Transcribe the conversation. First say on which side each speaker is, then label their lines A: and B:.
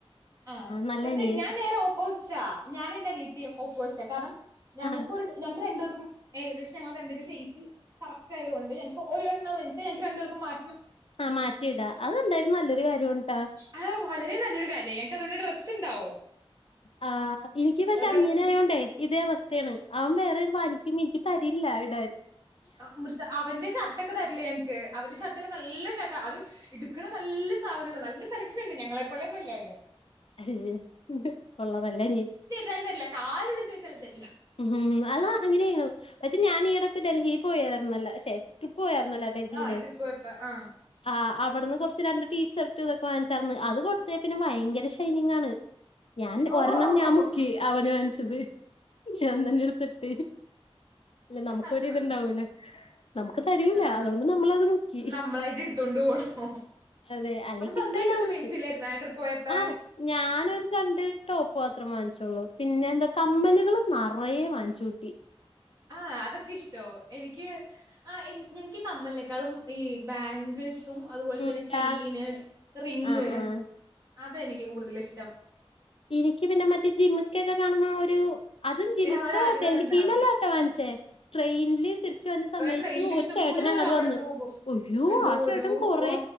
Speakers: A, on the right (about 35°); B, on the left (about 65°).
A: ആ
B: നല്ല
A: പക്ഷെ
B: അനിയൻ
A: ഞാൻ നേരെ ഓ ഓ പോസ്റ്റ ഞാനും എന്റെ അനിയത്തിയുംഓപോസ്റ്റ കാരണം ഞങ്ങക്ക്
B: ആ
A: ഞങ്ങക്ക് രണ്ടപേർക്കും ഏകദേശം ഞങ്ങള് രണ്ട് പേർക്കും ഒരു സൈസ് കറക്റ്റ് ആയത കൊണ്ട്ഞൾക്ക്ഒര്ണ്ണ ഞക്ക് രണ്ട പേർക്കും മാ
B: ആഹ് മാറ്റിയിടാ അതെന്തായാലും നല്ലൊരു കാര്യംട്ടാ
A: അഹ വളരെ നല്ലൊ കാര്യ ഞങ്ങക്ക് അതോടെ ഡ്രസ്സ് ഉണ്ടാവോ
B: ആ ഹ്എനിക്ക് പക്ഷെ
A: ഡ്രസ്സ്
B: അനിയനാന ആയോണ്ടേ ഇതേ അവസ്ഥയാണ് അവൻ വേറെ ഒരു വാനിക്കുമ്പ എനിക്ക് തരില്ല ഇടൻ
A: അമൃ അവന്റെ ഷർട്ട ഒക്കെ തരില്ലേ ഞക്ക് അവന്റെ ഷർട്ട ഒക്കെ നല്ല ഷർട്ടാ അത് ഇടുക്കണ നല്ല സാധനങ്ങ നല്ല സെലക്ഷൻ ഉണ്ട് ഞങ്ങളെപ്പോലെ ഒന്നല്ല അവന്
B: അജ് കൊള്ള കൊള്ള നല്ല അനിയൻ
A: താൾ തരില്ല കാല് വിടിച്ച ചോദച്ചാലും തരില്ല.
B: ഉം അതാ അങ്ങനെയും പക്ഷെ ഞാൻ ഈടൊക്ക് ഡൽഹിയിൽ പോയിയിരുന്നുല്ല ശെ പോയരുനല്ലേ ഡൽഹിയില്.
A: ആ ട്രിപ്പ് പോയപ്പോ ആ
B: ആഹ് അവിടുന്ന് കുറച്ച് രണ്ട് ടീ ഷർട്ട് ഇതൊക്കെ വാങ്ങിച്ചാർന്ന് അത് കൊടുത്ത് പിന്നെ ഭയങ്കര ഷൈനിങ് ആണ്.
A: <inaudible>
B: ഞാൻ
A: ഓ
B: ഒരെണ്ണം ഞാൻ മുക്കി അവന് വാങ്ങ്ച്ചത് ഞാൻതന്നെ എട്ത്തിട്ട്. ഇല്ല നമുക്കൊര്
A: അതേ
B: ഇത്ണ്ടാവൂല്ലെ.
A: ഉള്ളു
B: നമുക്ക് തരൂല
A: ആ
B: അതുകൊണ്ട് നമ്മളത് മുക്കി.
A: നമ്മളായിട്ട് എടുത്തോണ്ട് പോണം
B: അതെ അല്ലെ
A: അപ്പൊ സ്വന്തമായിട്ടൊന്നും
B: കിട്ടൂല നമുക്ക്.
A: മേടിച്ചില്ലായിരുന്നോ ട്രിപ്പ് പോയപ്പോ
B: ആഹ് ഞാനൊരു രണ്ട് ടോപ്പ്മാത്രം വാങ്ങ്ച്ചൊളൂ പിന്നെ എന്താ കമ്മലുകള്. നറെ വാങ്ങിച്ച്കോട്ടി.
A: ആഹ് അതൊക്കെ ഇഷ്ടോ എനിക്ക്. ആഹ് എൻ എനിക്ക് കമ്മല്നെക്കാളും ഈ ബാങ്കിൾസും. അതുപോലെ
B: ഉം
A: തന്നെ
B: ബാഗ്
A: ചെയിന് റിങ്
B: ആഹ് ആഹ്
A: അതാനിക്ക് കൂടുതല്ഇഷ്ടം.
B: എനിക്ക് പിന്നെ മറ്റേ ജിമ്ക്കെക്കെ കാണുമ്പോ ഒരു അതും ജിമിക്ക
A: ആ ഒരാഗ്രഹം
B: ഡൽഹിന്നല്ലാട്ടോ
A: ഉണ്ടാവും
B: വാങ്ങ്ച്ചേ ട്രെയിനിൽ തിരിച്ച് വരണ സമയത്ത്
A: ട്രെയിനിൽ
B: ഒര്
A: ഇഷ്ടംപോലെ
B: ചേട്ടനങ്ങാട്ട്
A: വരും അവിടെന്ന്
B: വന്ന്
A: പോകുമ്പോ
B: ഉയ്യോ
A: എന്തോ
B: ആഹ ചേട്ടൻ
A: ഒരു
B: കൊറേ
A: ഓ